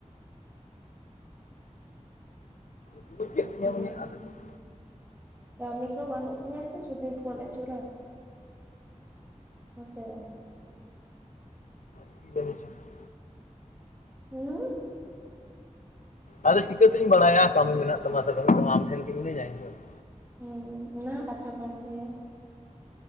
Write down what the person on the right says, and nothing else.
ᱦᱩᱸ
ᱠᱟᱹᱢᱤ ᱠᱚ ᱵᱟᱹᱱᱩᱜ ᱛᱤᱧᱟᱹ ᱥᱮ ᱥᱩᱫᱩᱧ ᱯᱷᱳᱱ ᱟᱹᱪᱩᱨᱟ ᱾ ᱦᱮᱸ ᱥᱮ ᱵᱟᱝ?
<unintelligible>
ᱦᱩᱸ ᱚᱱᱟ ᱦᱚᱸ ᱠᱟᱛᱷᱟ ᱠᱟᱱ ᱜᱮᱭᱟ᱾